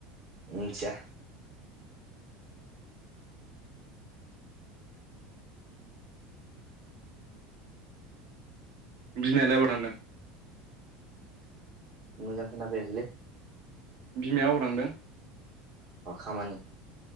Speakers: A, on the right; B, on the right.
A: मिथिया
B: बिमायालाय अबाव थांदों
A: मोजां खोनाफैयाखैलै
B: बिमाया अबाव‌ थांदों
A: अ खामानि